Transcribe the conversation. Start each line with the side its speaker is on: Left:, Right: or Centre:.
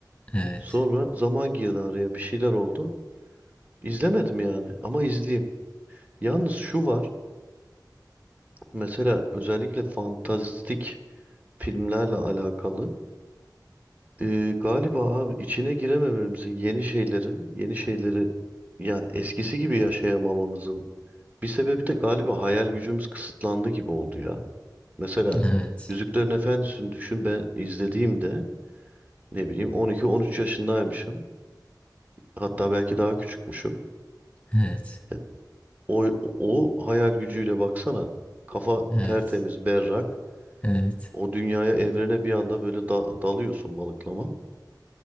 Left: Evet.
Right: Sonra zaman girdi araya bir şeyler oldu. İzlemedim yani ama izleyeyim. Yalnız şu var. Mesela özellikle fantastik filmlerle alakalı. e, galiba abi içine giremememizin yeni şeylerin, yeni şeyleri yani eskisi gibi yaşayamamamızın bir sebebi de galiba hayal gücümüz kısıtlandı gibi oldu ya. Mesela
Left: Evet.
Right: Yüzüklerin Efendisi'ni düşün ben izlediğimde ne bileyim 12-13 yaşındaymışım. Hatta belki daha küçükmüşüm.
Left: Evet.
Right: Yani o, o hayal gücüyle baksana kafa
Left: Evet.
Right: tertemiz berrak.
Left: Evet.
Right: O dünyaya, evrene bir anda böyle da- dalıyorsun balıklama.